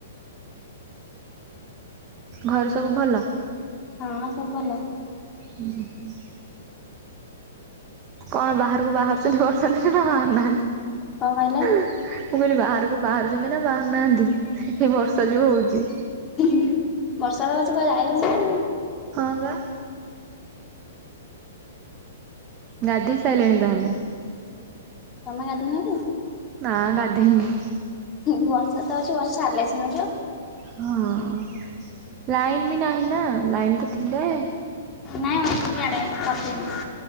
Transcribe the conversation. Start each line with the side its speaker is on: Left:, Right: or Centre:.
Right: ଘର ସବୁ ଭଲ।
Left: ହଁ ସବୁ ଭଲ।
Right: ହୁଁ ହୁଁ। କଣ ବାହାରକୁ ବାହାରୁଛନ୍ତି ବର୍ଷାଦିନରେ ନା ବାହାରୁ ନାହାନ୍ତି।
Left: କଣ କହିଲେ?
Right: ମୁଁ କହିଲି ବାହାରକୁ ବାହାରୁଛନ୍ତି ନା ବାହାରୁ ନାହାନ୍ତି। ଏଇ ବର୍ଷା
Left: ହଁ
Right: ଯୋଉ ହଉଛି?
Left: ବର୍ଷା ହଉଛି କୁଆଡେ ଯାଇ ହଉନି।
Right: ହଁ ବା। ଗାଧେଇ ସାଇଲେଣି ତାହେଲେ।
Left: ତମେ ଗାଧେଇ ନ କି?
Right: ନା ଗାଧେଇନି।
Left: ବର୍ଷା ତ ହଉଛି ବର୍ଷା ସାରିଲେ ସିନା ଯିବ।
Right: ହଁ। ଲାଇନ ବି ନାହିଁ ନା ଲାଇନ ତ ଥିଲେ।
Left: ନାଇଁ ଅଛି ଇଆଡ଼େ <inaudible> ମୁଁ।